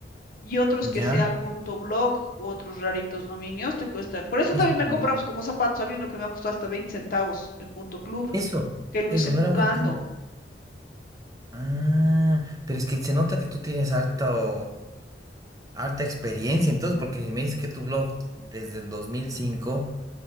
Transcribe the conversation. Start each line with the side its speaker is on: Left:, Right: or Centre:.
Left: y otros
Right: Ya,
Left: que sea punto blog u otros raritos dominios te cuestan. Por eso
Right: eso
Left: también me
Right: pues.
Left: compraba pues, como zapatos, había uno que me ha costado hasta 20 centavos, el punto club,
Right: Eso,
Left: que lo
Right: eso
Left: hice
Right: no
Left: jugando.
Right: era muy caro. Ah, pero es que se nota que tú tienes harta o- harta experiencia, entonces, porque si me dices que tu blog desde el 2005